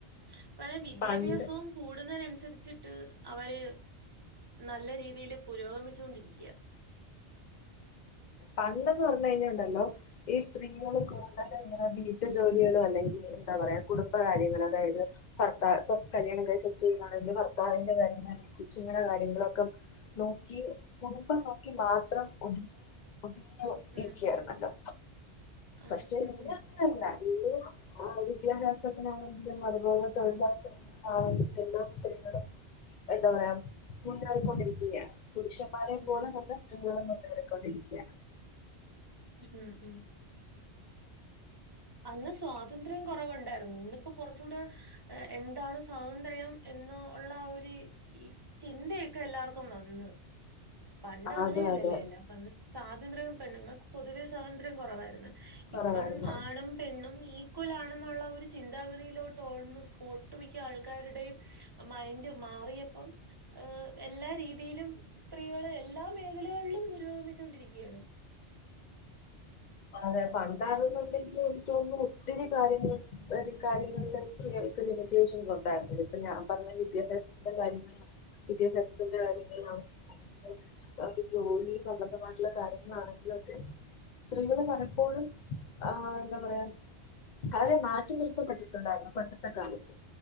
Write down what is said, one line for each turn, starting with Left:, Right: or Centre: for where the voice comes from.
Right: ഇപ്പഴ് വിദ്യാഭ്യാസവും
Left: പണ്ട്
Right: കൂടുന്നതിന് അനുസരിച്ചിട്ട് അവര് നല്ല രീതിയിൽ പുരോഗമിച്ചോണ്ടിരിക്കയാ
Left: പണ്ടന്ന് പറഞ്ഞ് കഴിഞ്ഞാലുണ്ടല്ലോ ഈ സ്ത്രീകൾ കൂടുതൽ ഇങ്ങനെ വീട്ടു ജോലികളും അല്ലെങ്കിൽ എന്താ പറയാ കുടുംബ കാര്യങ്ങൾ അതായത് ഭർത്താ ഇപ്പൊ കല്യാണം കഴിച്ചാ സ്ത്രീകളാണെകി ഭർത്താവിന്റെ കാര്യങ്ങളാണെങ്കി കൊച്ചിങ്ങടെ കാര്യങ്ങളൊക്കെ നോക്കി കുടുംബം നോക്കി മാത്രം ഒതുങ്ങി ഒതുങ്ങി
Right: ഉം
Left: ഇരിക്കയായിരുന്നല്ലോ
Right: ഉം
Left: പക്ഷെ
Right: ആണ് ഉം
Left: ഇന്ന് അങ്ങനല്ല ഇന്ന് ആ വിദ്യാഭ്യാസത്തിനാണെങ്കിലും അതുപോലെ തൊഴിലവസരങ്ങളാണെങ്കിലും എല്ലാ സ്ത്രികളും എന്താ പറയാ മുന്നേറിക്കൊണ്ടിരിക്കുകയാണ് പുരുഷം പുരുഷൻമാരെ
Right: ഉം
Left: പോലെ തന്നെ സ്ത്രീകളും മുന്നേറിക്കൊണ്ടിരിക്കയാണ്
Right: ഉം ഉം അന്ന് സ്വാതന്ത്ര്യം കൊറവ്ണ്ടായിരുന്നു ഇന്നിപ്പോ കൊറച്ചുടെ എന്താണ് സ്വാതന്ത്ര്യം എന്ന് ഉള്ള ഒര് ഈ ചിന്തയൊക്കെ എല്ലാർക്കും വന്ന് പണ്ട് അങ്ങനെയല്ലല്ലേ
Left: അതെ അതെ
Right: അല്ല അ സ്വാതന്ത്ര്യം പെണ്ണുങ്ങൾക്ക് പൊതുവേ സ്വാതന്ത്ര്യം കൊറവായിരുന്നു
Left: കുറവായിരുന്നു
Right: ഇപ്പം ആണും പെണ്ണും ഈക്വൽ ആണെന്നുള്ള ഒരു ചിന്താഗതിയിലോട്ട് ഓമ് ഒട്ടുമിക്ക ആൾക്കാരുടെയും മൈൻഡ് മാറിയപ്പം ഏഹ് എല്ലാ രീതിയിലും സ്ത്രീകള് എല്ലാ മേഖലകളിലും പുരോഗമിച്ചുകൊണ്ടിരിക്കയാണ്.
Left: അതെ പണ്ടാണെന്നുണ്ടെങ്കിൽ എനിക്ക് തോന്നുന്നു ഒത്തിരി കാര്യങ്ങൾ ഒരു കാര്യങ്ങളില് സ്ത്രീകൾക്ക് ലിമിറ്റേഷൻസ് ഉണ്ടായിരുന്നില്ല ഇപ്പൊ ഞാൻ പറഞ്ഞ വിദ്യാഭ്യാസത്തിന്റെ കാര്യങ്ങൾ വിദ്യാഭ്യാസത്തിന്റെ കാര്യങ്ങൾ ന <unintelligible> ആ ഒരുജോലി സംബന്ധമായിട്ടുള്ള കാര്യങ്ങളാണെങ്കിലൊക്കെ സ്ത്രീകള് പലപ്പോഴും ആ എന്താ പറയാ അവരെ മാറ്റി നിർത്തപ്പെട്ടിട്ടുണ്ടായിരുന്നു പണ്ടത്തെ കാലത്ത്